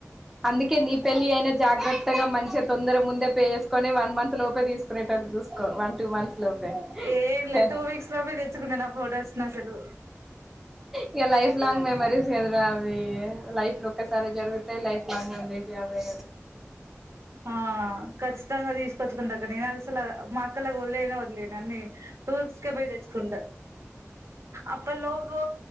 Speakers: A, in the centre; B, on the right.
A: అందుకే నీ పెళ్లి అయినా జాగ్రత్తగా మంచం తొందర ముందే పే చేసుకొని వన్ మంత్ లోపే తీసుకునేటటు చూసుకో వన్ టూ మంత్స్ లోపే
B: ఏం లేదు
A: హే
B: టూ
A: హేహే
B: వీక్స్ లోపే తెచ్చుకుంటా నా ఫొటోస్ ని అసలు
A: ఇక లైఫ్ లాంగ్ మెమరీస్ కదురా అవి లైఫ్ లో ఒక్కసారి జరుగుతాయి లైఫ్ బగ్నం నేటి అవె
B: హా. కచ్చితంగా తీసుకొచ్చుకుంటా అక్క, నేను అసల మా అక్కలకు వదిలేనే వదిలేను అన్నీ. టూస్క పోయి తెచ్చుకుంట, అప్పట్లోపు.